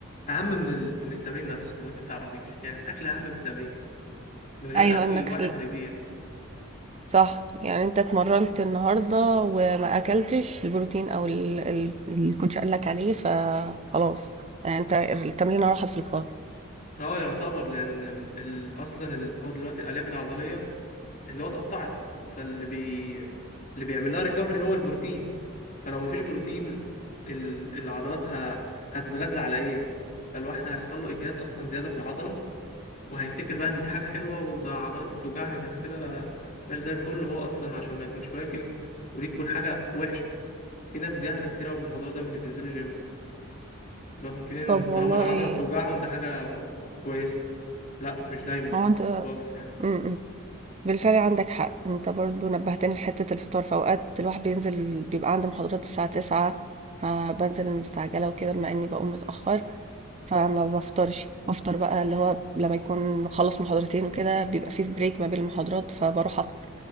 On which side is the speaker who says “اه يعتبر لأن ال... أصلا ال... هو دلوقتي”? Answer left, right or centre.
Left